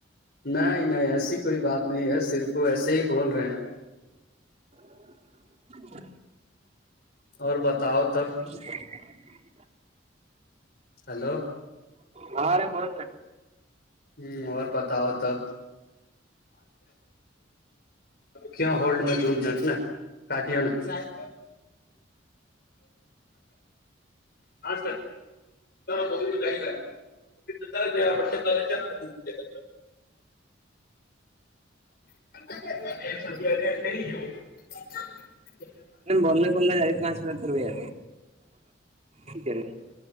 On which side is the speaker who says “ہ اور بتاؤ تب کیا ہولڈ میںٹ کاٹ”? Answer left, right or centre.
Left